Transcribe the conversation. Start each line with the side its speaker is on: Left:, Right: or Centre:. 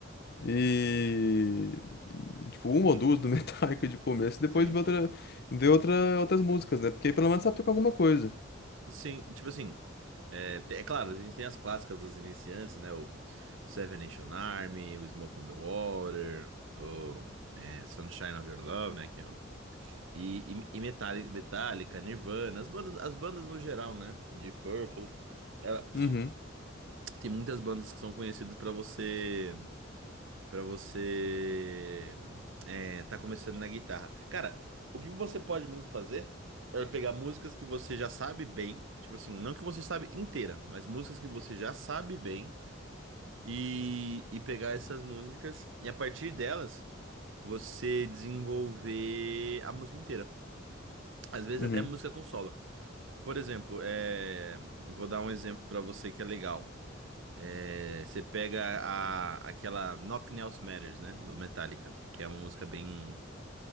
Left: e, e, tipo uma
Right: <laughs>
Left: ou duas do <laughs> Metallica de começo, e depois
Right: Sim.
Left: ver outra ver outra, outras músicas, né? Porque aí pelo menos sabe tocar alguma coisa.
Right: Sim, tipo assim. É, te- é claro, a gente tem as clássicas dos iniciantes, né? O Seven Nation Army, o Smoke on the Water, o é, Sunshine of Your Love, né? Que é o- e, e, e Metallica, Metallica, Nirvana, as bandas, as bandas no geral, né? De Purple. Ela-
Left: Uhum,
Right: tem muitas bandas que são conhecidas pra você. Pra você é, tá começando na guitarra. Cara, o que você pode muito fazer é pegar músicas que você já sabe bem, tipo assim, não que você sabe inteira, mas músicas que você já sabe bem e, e pegar essas músicas e a partir delas você desenvolver a música inteira. Às vezes
Left: uhum,
Right: até música com solo. Por exemplo, é, vou dar um exemplo pra você que é legal. É, você pega a, aquela Nothing Else Matters, né, do Metallica, que é uma música bem